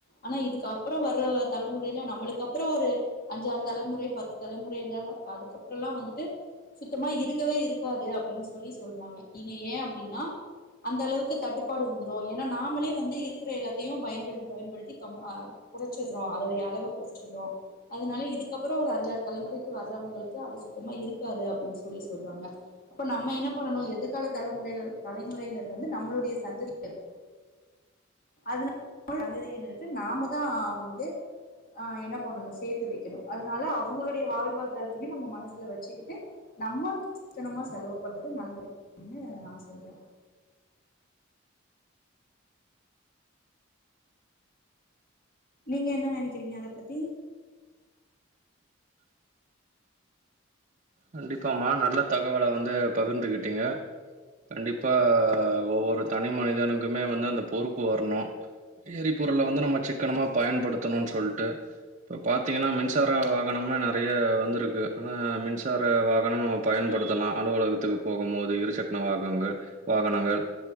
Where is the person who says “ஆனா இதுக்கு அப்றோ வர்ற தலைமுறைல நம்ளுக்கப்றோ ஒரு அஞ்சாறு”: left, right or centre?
Left